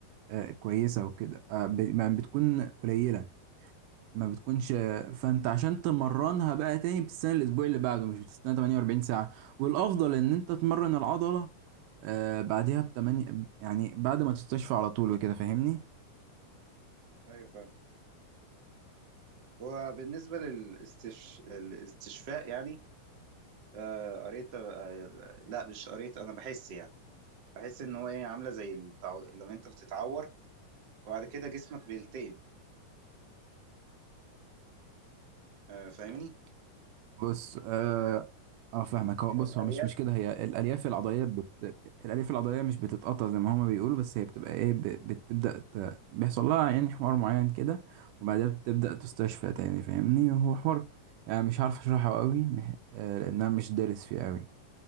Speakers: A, on the right (about 80°); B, on the right (about 50°).
A: آه، كويسة وكده آه، ب- ما بتكون قليلة ما بتكونش فانت عشان تمرنها بقى تاني بتستنى الاسبوع اللي بعده مش بتستنى 48 ساعة والافضل ان انت تمرن العضلة آه، بعدها بتمانية يعني بعد ما تستشفى على طول وكده فاهمني
B: ايوه فاهم هو بالنسبه للاستش... الاستشفاء يعني آه قريت آه لا مش قريت انا بحس يعني بحس ان هو ايه عامله زي التعو... لما انت بتتعور فبعد كده جسمك بيلتئم آه فاهمني
A: بص اه, آه فاهمك هو
B: يعني
A: بص
B: الالياف
A: هو مش مش كده هي الالياف العضليه بت... الالياف العضليه مش بتتقطع زي ما هما بيقولوا بس هي بتبقى ايه ب... بتبدا ت... بيحصل لها يعني حوار معين كده وبعدها بتبدا تستشفى تاني فاهمني هو حوار يعني مش عارف اشرحه قوي مح... آه لان انا مش دارس فيه قوي